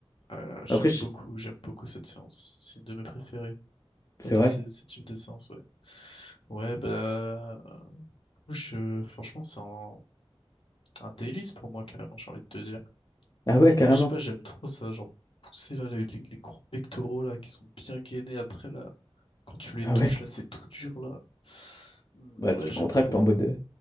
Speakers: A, on the left; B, on the left.
A: Euh, j'aime
B: Après, je-
A: beaucoup, j'aime beaucoup cette séance. C'est une de mes préférées,
B: c'est
A: euh, de
B: vrai.
A: ces, ces types de séances, ouais. Ouais, bah, euh, je, franchement, c'est un, un délice pour moi, carrément, j'ai envie de te dire.
B: Ah ouais, carrément.
A: Je sais pas, j'aime trop ça, genre, pousser, là, les, les, les gros pectoraux, là, qui sont bien gainés après, là. Quand tu les
B: Ah
A: touches,
B: ouais.
A: là, c'est tout dur, là. Hmm,
B: Bah,
A: Ouais,
B: tu
A: j'aime
B: contractes
A: trop.
B: en mode. euh,